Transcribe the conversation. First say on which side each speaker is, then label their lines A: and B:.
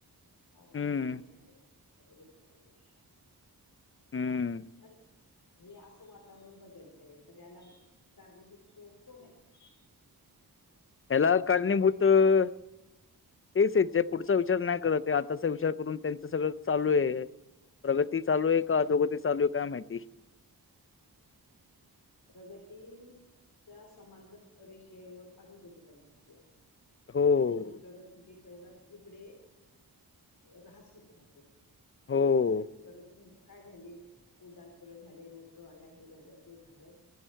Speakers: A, on the left; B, on the left.
A: हवामानतज्ञ
B: हम्म
A: कायतरी बघितलं पाहिजे
B: हम्म
A: पण हे असं वातावरण बदलतय तर याला कारणीभूत कोण आहे
B: याला कारणीभूत तेच आहेत जे पुढचा विचार नाही करत आताचा विचार करून त्यांचं सगळं चालू
A: हम्म.
B: आहे प्रगती चालू आहे का अ दोगती चालू आहे काय माहिती <inaudible>
A: प्रगती च्या समांतर रेषेवर अधोगतिपन्ध होती आहे
B: हो.
A: जेवढी प्रगती होती तेवढाच इकडे राास होत राहत
B: हो,
A: प्रगती काय झाली उड्डाणपुलं झाले मेट्रो आला हे झालं ते झालं